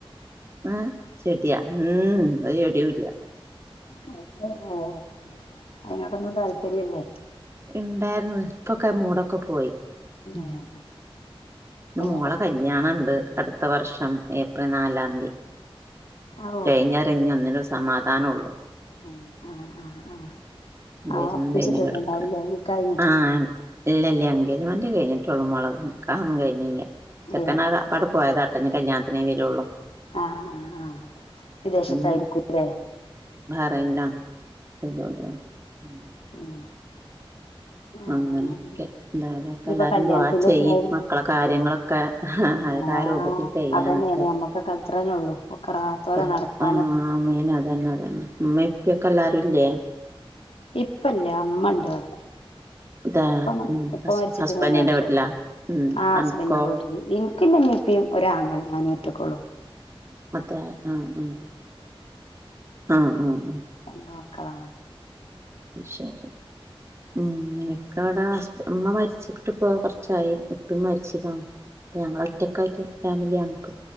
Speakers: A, on the right; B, on the left.
A: ആഹ് ചെടിയാ ഉം ഒരു ചെടിയൂല്ല.
B: <unintelligible> അയിനോടൊന്നും താല്പര്യല്ലേ?
A: ണ്ടാര്ന്ന് ഇപ്പൊക്കെ മൂടൊക്കെ പോയി. <unintelligible>
B: ഏഹ് കൈയടക്കി
A: മോള കല്യാണണ്ട്. അടുത്ത വർഷം ഏപ്രിൽ നാലാംതി
B: ഓ
A: കഴിഞ്ഞ <unintelligible> സമാധാനം ഉള്ളൂ
B: ഉം ആ ആ ആ
A: എൻഗേജ്മെൻ്റ്
B: ആ ഉറപ്പിച്ചിട്ടിട്ടുണ്ടാവൂലേ
A: കഴിഞ്ഞ് കിടക്കാ,
B: നിക്കാഹ് കഴിഞ്ഞിട്ടുണ്ടോ
A: ആൻ ഇല്ലല്യ എൻഗേജ്മെൻ്റേ കഴിഞ്ഞിട്ടുള്ളു, മോള നിക്കാഹൊന്നും കഴിഞ്ഞില്ല. ചെക്കൻ
B: ഏ
A: <unintelligible> പോയതാ <unintelligible> കല്യാണത്തിനേ വരുള്ളൂ.
B: ആ ആ ആ വിദേശത്തായിരിക്കൂല്ലേ?
A: അപ്പൊ പിന്നെ <unintelligible> <inaudible>
B: ഉം ആ
A: അങ്ങനെയൊക്കെ
B: പറഞ്ഞാതിരി
A: എന്തായാലും ഇപ്പൊ
B: ഇനിയിപ്പോ
A: എല്ലാരും
B: കല്യാണത്തിന്റെ
A: ദുവാ ചെയ്യ്
B: സമയം
A: മക്കളെ കാര്യങ്ങളൊക്കെ ഹ് ഹ്
B: ആഹ്
A: <unintelligible> രൂപത്തില്
B: അതന്നെയാണ് നമ്മക്കൊക്കെ അത്രന്നെ
A: <unintelligible>
B: ഉള്ളൂ ഒക്കെ റാഹത്തോലെ നടക്കാനും
A: ആ മെയ്ന് അത <unintelligible> എല്ലാരുല്ലേ?
B: ഇപ്പല്യ, അമ്മണ്ട് ഇവിടെ.
A: ഇതാ
B: ഇപ്പ മരി
A: ഉം
B: ഇപ്പ
A: ഹസ്
B: മരിച്ചിട്ട്
A: ഹസ്ബൻഡിന്റെ
B: മൂന്ന് വർഷായി.
A: വീട്ടിലാ ഉം
B: ആ ഹസ്ബൻഡിന്റെ
A: അൻക്കോ
B: വീട്ടില്. <inaudible> പിന്നെ ഉമ്മയും ഉപ്പയും ഒരാങ്ങളേം ഞാനും ഒറ്റക്കൊള്ളൂ.
A: <unintelligible> ആ ഉം ആ ഉം ഉ
B: <unintelligible> മക്കളാ
A: ശരി ഉം എനിക്കവിടെ <unintelligible> ഉമ്മ മരിച്ചിട്ടിപ്പോ കൊറച്ചായി. ഉപ്പി മരിച്ച <unintelligible> ഞങ്ങൾ ഒറ്റക്കായിട്ട് ഫാമിലിയാണ്